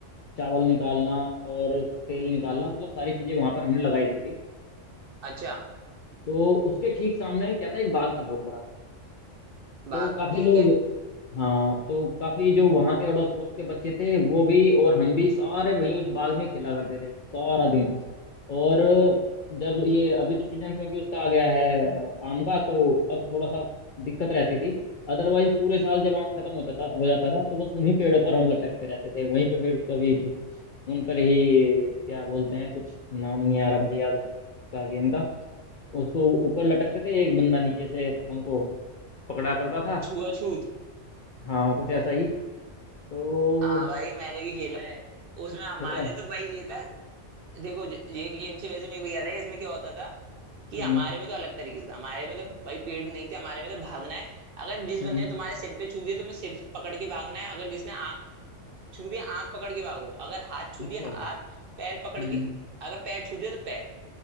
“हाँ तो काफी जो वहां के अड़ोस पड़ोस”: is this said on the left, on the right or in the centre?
Left